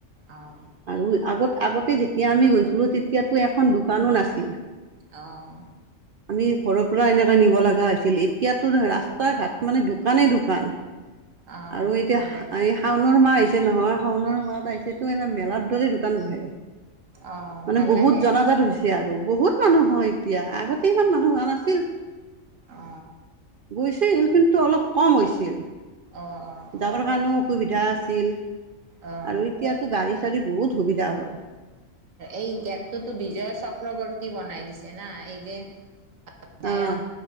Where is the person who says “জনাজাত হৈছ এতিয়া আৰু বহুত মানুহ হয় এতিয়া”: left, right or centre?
Right